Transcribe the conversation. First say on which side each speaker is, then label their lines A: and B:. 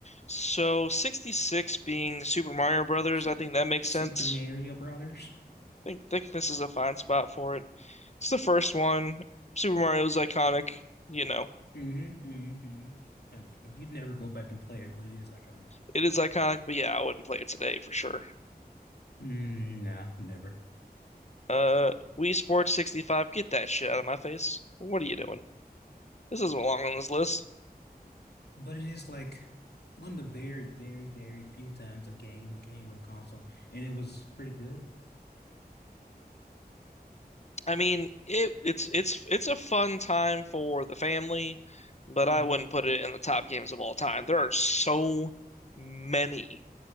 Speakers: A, on the left; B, on the left.
A: So 66 being Super Mario Brothers,
B: Su-
A: I think that makes
B: Super
A: sense.
B: Mario Brothers.
A: I think think this is a fine spot for it. It's the first one. Super Mario is iconic, you know.
B: Mm-hmm. hmm hmm Okay. You'd never go back and play it, but it is iconic.
A: It is iconic, but yeah, I wouldn't play it today for sure.
B: Mm, no, never.
A: Uh, Wii Sports 65, get that shit out of my face. What are you doing? This doesn't belong on this list.
B: But it is like one of the very, very, very few times a game came with a console, and it was pretty good.
A: I mean, it it's it's it's a fun time for the family, but
B: Mm-hmm.
A: I wouldn't put it in the top games of all time. There are so many